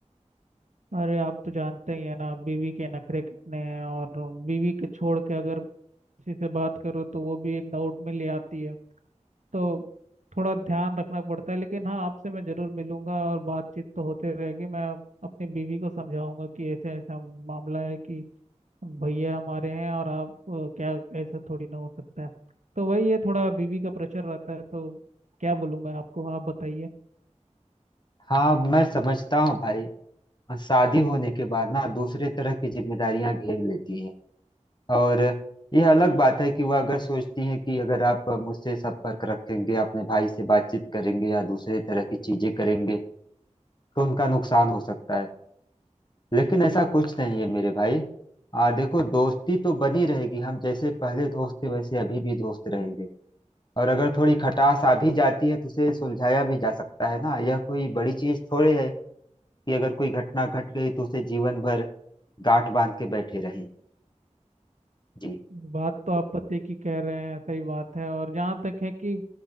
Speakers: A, on the right; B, on the left.
A: अरे आप तो जानते ही है ना बीवी के नखरे कितने हैं और बीवी के छोड़ के अगर किसी से बात करो तो वो भी एक डाउट में ले आती है तो थोड़ा ध्यान रखना पड़ता है लेकिन हाँ आपसे मैं जरूर मिलूंगा और बातचीत तो होते रहेगी मैं अपनी बीवी को समझाऊंगा कि ऐसे ऐसा मामला है कि भैया हमारे हैं और आप अ, क्या ऐसा थोड़ी ना हो सकता है तो वही ये थोड़ा बीवी का प्रेशर रहता है तो क्या बोलूँ मैं आपको आप बताइए
B: हाँ मैं समझता हूँ भाई और शादी होने के बाद ना दूसरे तरह की जिम्मेदारियां घेर लेती हैं और यह अलग बात है कि वह अगर सोचती हैं कि अगर आप मुझसे संपर्क रखेंगे अपने भाई से बातचीत करेंगे या दूसरे तरह की चीजें करेंगे तो उनका नुकसान हो सकता है लेकिन ऐसा कुछ नहीं है मेरे भाई आ देखो दोस्ती तो बनी रहेगी हम जैसे पहले दोस्त थे वैसे अभी भी दोस्त रहेंगे और अगर थोड़ी खटास आ भी जाती है तो उसे सुलझाया भी जा सकता है ना यह कोई बड़ी चीज थोड़ी है कि अगर कोई घटना घट गई तो उसे जीवन भर गांठ बांध के बैठे रहें जी
A: बात तो आप पते की कह रहे हैं सही बात है और जहाँ तक है कि